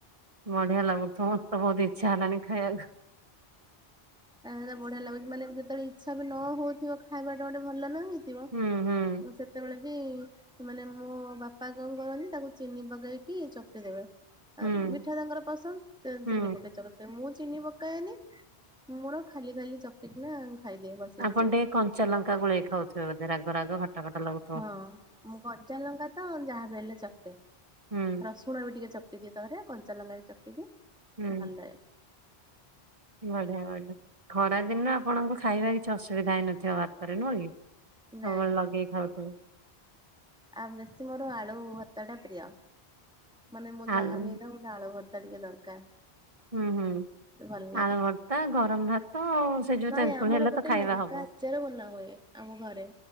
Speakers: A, on the right (about 35°); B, in the centre.
A: ବଢିଆ ଲାଗୁଥିବ ମତେ ବୋହୁତ ଇଚ୍ଛା ହେଲାନି ଖାଇବାକୁ।
B: ଏରା ବଢିଆ ଲାଗୁଚି ମାନେ ଯେତେବେଳେ ଇଚ୍ଛା ବି ନ ହଉଥିବ ଖାଇବାଟା ଗୋଟେ ଭଲ ନୁହେଁ କି।
A: ହୁଁ ହୁଁ
B: ଥିବ ସେତେବେଳେ ବି ମାନେ ମୋ ବାପା କଣ କରନ୍ତି ତାକୁ ଚିନି ପକେଇକି ଚକଟି ଦେବେ। ଆ
A: ହୁଁ।
B: ମିଠା ତାଙ୍କର ପସନ୍ଦ ତେଣୁ
A: ହୁଁ
B: ଚିନି ପକେଇକି ଚକଟି ଦେବେ ମୁଁ ଚିନି ପକାଏନି ମୋର ଖାଲି ଖାଲି ଚକଟିକି ନା ଖାଇଦିଏ ବସି
A: ଆପଣ ଟିକେ କଞ୍ଚା ଲଙ୍କା ଗୋଳେଇ ଖାଉଥିବେ ବୋଧେ ରାଗ ରାଗ ଖଟା ଖଟା ଲାଗୁ
B: ହଁ ମୁଁ କଞ୍ଚାଲଙ୍କା ତ ଯାହା ବି ହେଲେ ଚକଟେ
A: ହୁଁ
B: ରସ୍ ସୂଣ ବି ଟିକେ ଚକଟି ଦିଏ ତା ଧିଅରେ କଞ୍ଚା ଲଙ୍କା ବି ଚକଟି ଦିଏ
A: ହୁଁ
B: ଭଲ ଲାଗେ।
A: ବଢିଆ ବଢିଆ ଖରାଦିନ ଆପଣଙ୍କୁ ଖାଇବା କିଛି ଅସୁବିଧା ହେଇନଥିବ ଭାତରେ ନୁହଁ କି? ସବୁବେଳେ
B: ନାଇଁ।
A: ଲଗେଇ ଖାଉଥିବୁ।
B: ଆଉ ବେଶୀ ମୋର ଆଳୁ ଭର୍ତାଟା ପ୍ରିୟ। ମାନେ ମୁଁ
A: ଆଳୁ
B: ଯାହା ବି ହେଇଥାଉ ମୋତେ ଆଳୁ ଭର୍ତା ଟିକେ ଦରକାର।
A: ହୁଁ ହୁଁ
B: ଭଲ ଲାଗେ
A: ଆଳୁ ଭର୍ତା ଗରମ ଭାତ ଆଉ ସେ ଯୋଉ
B: ନାଇଁ
A: ତେନ୍ତୁଳି
B: ଆମର
A: ହେଲେ
B: ଗୋଟେ
A: ତ ଖାଇବା
B: ଲଙ୍କା
A: ହବ
B: ଆଚାର ବନା ହୁଏ ଆମ ଘରେ